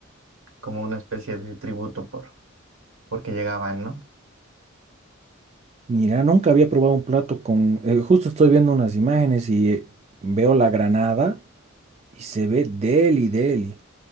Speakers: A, on the right; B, on the right.
A: como una especie de tributo por porque llegaban, ¿no?
B: Mira, nunca había probado un plato con. eh, justo estoy viendo unas imágenes y eh, veo la granada y se ve deli, deli.